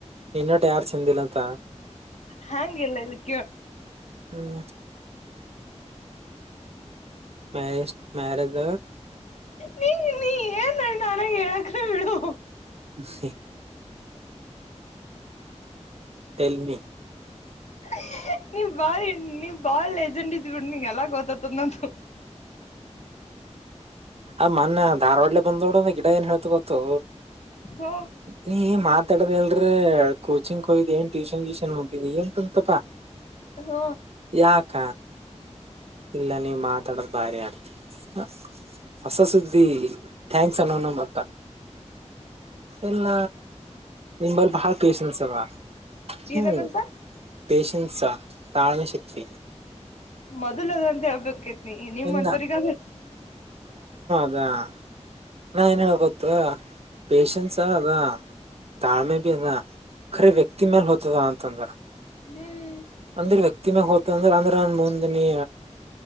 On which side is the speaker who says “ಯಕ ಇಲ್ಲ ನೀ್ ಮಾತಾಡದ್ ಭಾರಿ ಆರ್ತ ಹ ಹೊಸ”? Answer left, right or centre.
Right